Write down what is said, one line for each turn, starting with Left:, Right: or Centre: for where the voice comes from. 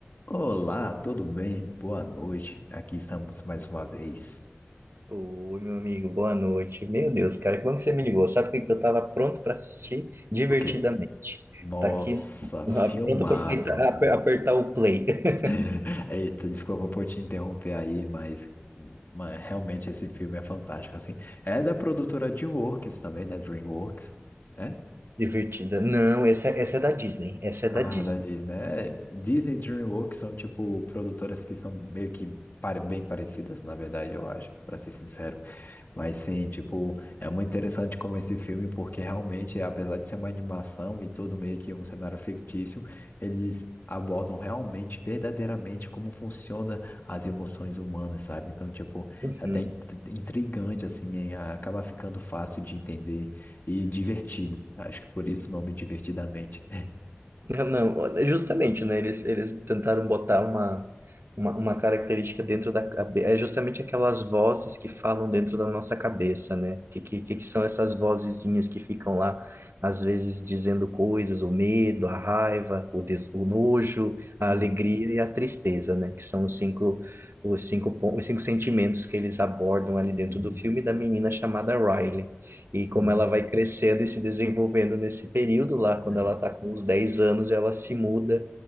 Left: Olá, tudo bem? Boa noite. Aqui estamos mais uma vez.
Right: Ô, meu amigo, boa noite. Meu Deus, cara, que bom que você me ligou. Sabe o que que eu tava pronto para assistir divertidamente?
Left: O quê? Nossa,
Right: Tá aqui,
Left: filmaço.
Right: ah, pronto para apertar o play. <laughs>
Left: <laughs> Eita, desculpa por te interromper aí, mas, mas realmente esse filme é fantástico, assim. É da produtora DreamWorks também, né? DreamWorks. É?
Right: Divertida. Não, essa, é, essa é da Disney. Essa
Left: Ah,
Right: é da Disney.
Left: da Disney. É, Disney e DreamWorks são, tipo, produtoras que são meio que pare- bem parecidas, na verdade, eu acho, para ser sincero. Mas sim, tipo, é muito interessante como esse filme, porque realmente, apesar de ser uma animação e tudo meio que um cenário fictício, eles abordam realmente, verdadeiramente, como funciona as emoções humanas, sabe? Então, tipo,
Right: Uhum.
Left: é até int- intrigante, assim, hein? Acaba ficando fácil de entender e divertido. Acho que por isso o nome Divertidamente.
Right: Não, justamente, né? Eles, eles tentaram botar uma, uma, uma característica dentro da cabeça. É justamente aquelas vozes que falam dentro da nossa cabeça, né? Que, que, que são essas vozezinhas que ficam lá, às vezes, dizendo coisas, o medo, a raiva, o, des, o nojo, a
Left: <laughs>
Right: alegria e a tristeza, né? Que são os cinco, os cinco, pon- os cinco sentimentos que eles abordam ali dentro
Left: Uhum,
Right: do filme da menina chamada Riley. E como
Left: uhum,
Right: ela vai crescendo e se desenvolvendo nesse período lá,
Left: é,
Right: quando ela está com uns 10 anos, ela se muda